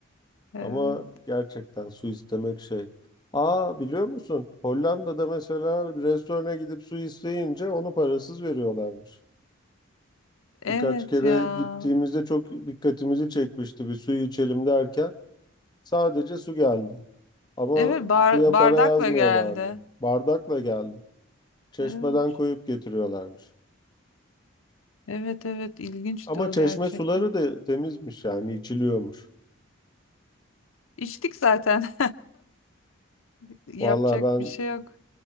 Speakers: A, on the left; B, on the left.
A: Evet.
B: Ama gerçekten su istemek şey. Aa biliyor musun? Hollanda'da mesela bir restorana gidip su isteyince onu parasız veriyorlarmış.
A: Evet
B: Birkaç kere
A: ya.
B: gittiğimizde çok dikkatimizi çekmişti bir suyu içelim derken sadece su geldi. Ama
A: Evet bar-
B: suya
A: bardakla
B: para yazmıyorlardı.
A: geldi.
B: Bardakla geldi. Çeşmeden
A: Evet.
B: koyup getiriyorlarmış.
A: Evet evet ilginçti
B: Ama
A: o
B: çeşme
A: gerçekten.
B: suları da temizmiş yani içiliyormuş.
A: İçtik zaten. <laughs> Yapacak
B: Vallahi ben
A: bir şey yok.